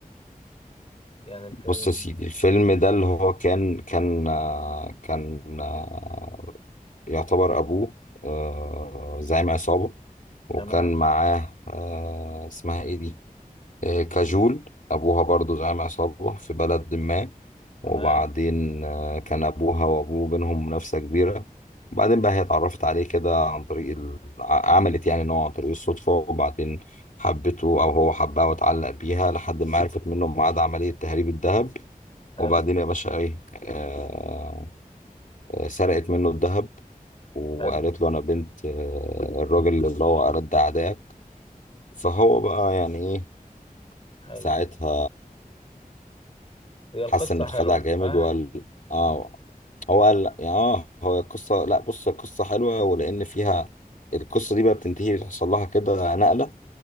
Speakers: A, on the left (about 40°); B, on the left (about 60°).
A: يعني الفيلم
B: بص يا سيدي الفيلم ده اللي هو كان كان آه، كان آه، يعتبر أبوه آه، زعيم عصابة وكان
A: تمام
B: معاه آه، اسمها إيه دي آه، كاجول أبوها برضو زعيم عصابة في بلد ما
A: تمام
B: وبعدين آه، كان أبوها وأبوه بينهم منافسة كبيرة وبعدين بقى هي اتعرفت عليه كده عن طريق ال... ع- عملت يعني إن هو عن طريق الصدفة وبعدين حبته أو هو حبها واتعلق بيها لحد ما عرفت منه ميعاد عملية تهريب الذهب
A: حلو
B: وبعدين يا باشا ايه آه آه، سرقت منه الذهب وقالت
A: حلو
B: له انا بنت آه الراجل اللي هو أرد أعدائك فهو بقى يعني ايه
A: حلو
B: ساعتها
A: هي القصة
B: حس انه اتخدع
A: حلوة
B: جامد
A: فاهم
B: وقال اه هو قال لا يعني اه هو القصة لا بص القصة حلوة ولأن فيها القصة دي بقى بتنتهي بيحصل لها كده نقلة